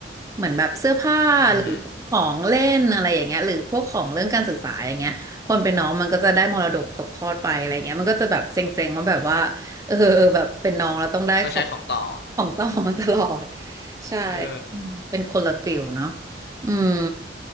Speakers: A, on the right (about 20°); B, on the left (about 60°).
A: เหมือนแบบเสื้อผ้าหรือของเล่นอะไรอย่างเงี้ยหรือพวกของเรื่องการศึกษาอย่างเงี้ยคนเป็นน้องมันก็จะได้มรดกตกทอดไปอะไรเงี้ยมันก็จะแบบเซ็งๆว่าแบบว่า
B: อือฮึ
A: เออแบบเป็นน้องแล้วต้องได้ของ
B: ต้องใช้ของต่อ
A: ของต่อมาตลอด ใช่
B: เออ
A: เป็นเป็นคนละฟิลเนาะอืม